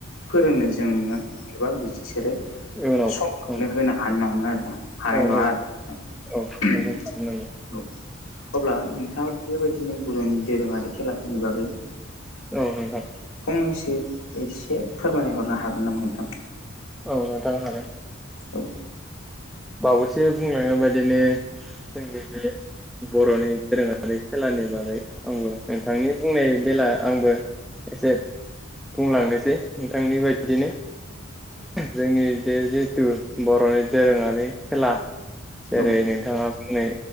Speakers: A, on the left; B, in the centre.
A: फोरोंनो जोङो एबा बिसोरो
B: इयुनाव
A: नो
B: औ
A: होनो हानो नामोन आरोना हानाय
B: औ
A: नङा
B: औ
A: आरो
B: औ नोंथां थारैनो नंगौ
A: अब्ला नोंथाङा बेबायदिनो बर'नि दोरोंङारि खेलाफोरनि बागै
B: औ नोंथां
A: फंनैसो एसे फोरमायहरनो हागोन नामा नोंथां
B: औ नोंथांनो हागोन
A: औ
B: बावैसो बुंलांनाय बादिनो जोंनि बे बर'नि दोरोङारि खेलानि बागै आंबो नोंथांनि बुंनाय बेला आंबो एसे बुंलांनोसै नोंथांनि बायदिनो जोंनि बे जिथु बर'नि दोरोंङारि खेला जेरै
A: औ
B: नों बिथांङा बुंनाय